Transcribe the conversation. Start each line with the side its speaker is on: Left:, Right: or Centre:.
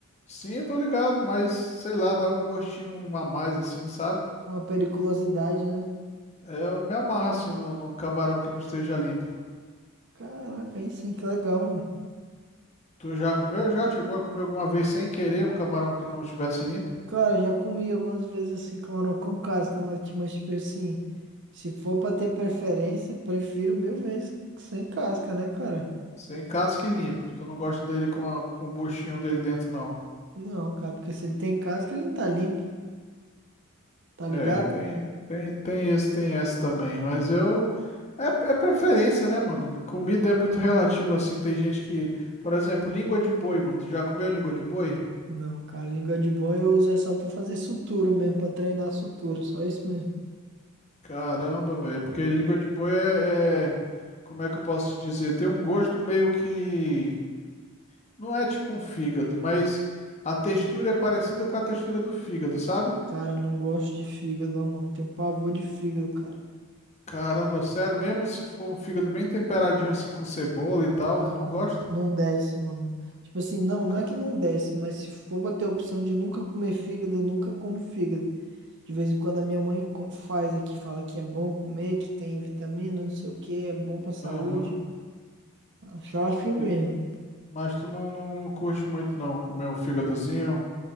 Left: Sim, eu tô ligado, mas sei lá, dá um gostinho a mais assim, sabe?
Right: Uma periculosidade, né?
Left: É, Eu me amarro assim no, no camarão que não esteja limpo.
Right: Caraca, aí sim, que legal, mano.
Left: Tu já comeu? Já? Chegou a comer alguma vez sem querer um camarão que não estivesse limpo?
Right: Cara, já comi algumas vezes assim, camarão com casca, mas tipo mas, tipo assim, se for pra ter preferência, prefiro mil vezes sem casca, né, cara?
Left: Sem casca que limpo. Tu não gosta dele com, a- com o buchinho dele dentro, não.
Right: Não, cara, porque se ele tem casca, ele não tá limpo, tá ligado?
Left: É, tem, tem, tem esse, tem esse também. Mas eu. É, é preferência, né, mano? Comida é muito relativa assim. Tem gente que. Por exemplo, língua de boi, mano. Tu já comeu língua de boi?
Right: Não, cara, língua de boi eu uso é só pra fazer sutura mesmo, pra treinar sutura, só isso mesmo.
Left: Caramba, velho. Porque língua de boi é, é- Como é que eu posso dizer? Tem um gosto meio que. Não é tipo um fígado, mas a textura é parecida com a textura do fígado, sabe?
Right: Cara, não gosto de fígado, ó, mano, tenho pavor de fígado, cara.
Left: Caramba, sério, mesmo se for um fígado bem temperadinho assim com cebola e tal,
Right: Não,
Left: tu não gosta?
Right: não desce, mano. Tipo assim, não, não
Left: Ca-
Right: é que não desce, mas se for pra ter a opção de nunca comer fígado, eu nunca como fígado. De vez em quando a minha mãe co- faz aqui, fala que é bom comer, que tem vitamina, não sei o que, é bom pra saúde.
Left: Aham.
Right: Ah, Só assim mesmo,
Left: E- Mas tu não, não, não curte muito não, comer um fígadozinho,